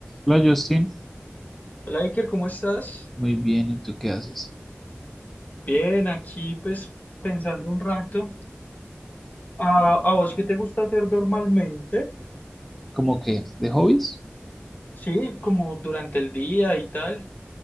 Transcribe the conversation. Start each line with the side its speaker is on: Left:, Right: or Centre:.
Centre: Hola Justin,
Left: Hola Iker, ¿cómo estás?
Centre: muy bien, ¿y tú qué haces?
Left: Bien, aquí pues pensando un rato. ¿A, a vos qué te gusta hacer normalmente?
Centre: ¿Cómo que de hobbies?
Left: Sí, como durante el día y tal.